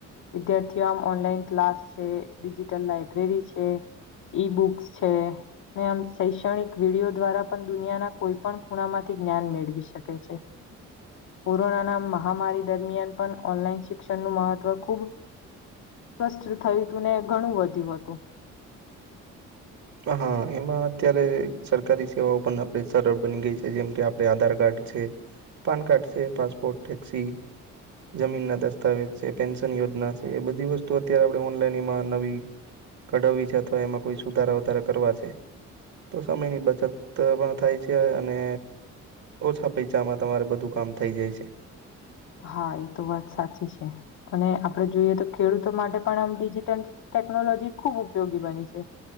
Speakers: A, on the left; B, on the right.
A: વિદ્યાર્થીઓ આમ ઓનલાઈન ક્લાસ છે ડિજીિટલ લાઈબ્રેરી છે. ઈ બુક્સ છે, ને આમ શૈક્ષણિક વિડીિયો દ્વારા દુનિયાના કોઈ પણ ખૂણામાંથી જ્ઞાન મેળવી શકે છે. કોરોનાના મહામારી દરમિયાન પણ ઓનલાઈન શિક્ષણનું મહત્વ ખૂબ સ્પષ્ટ થયું હતું ને ઘણું વધ્યું હતું.
B: હા એમાં અત્યારે સરકારી સેવાઓ પણ આપણે સરળ બની ગઈ છે, જેમ કે આપણે આધાર કાર્ડ છે પાન કાર્ડ છે, પાસપોર્ટ ટેક્સી જમીન ના દસ્તાવેજ છે, પેન્શન યોજના છે, એ બધી વસ્તુ અત્યારે આપણે ઓનલાઈનમાં નવી કઢવી છે, અથવા એમાં કોઈ સુધારા વધારે કરવા છે, તો સમયની બચત પણ થાય છે, અને ઓછા પૈસાામાં તમારે બધું કામ થઈ જાય છે.
A: હા એ તો વાત સાચી છે અને આપડે જોઈએ તો ખેડૂતો માટે પણ આમ ડિજિટલ ટેકનોલોજી ખૂબ ઉપયોગી બની છે.